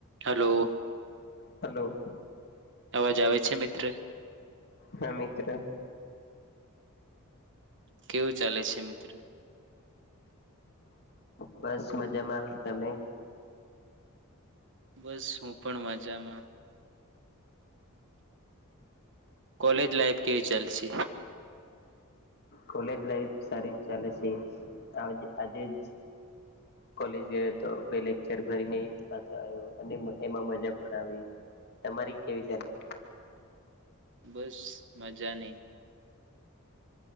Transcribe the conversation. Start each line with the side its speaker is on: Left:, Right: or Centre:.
Right: Hello
Left: hello
Right: અવાજ આવે છે મિત્ર
Left: હા મિત્ર
Right: કેવું ચાલે છે મિત્ર
Left: બસ મજામાં તમે
Right: બસ હું પણ મજામાં કોલેજ લાઈફ કેવી ચાાલશે
Left: કોલેજ લાઈફ સારી ચાલે છે આજે જ કોલેજ ગયો તો બે લેક્ચર ભરીને પાછો આવ્યો અને એમાં મજા પણ આવી તમારી કેવી ચાલે છે
Right: બસ મંજાની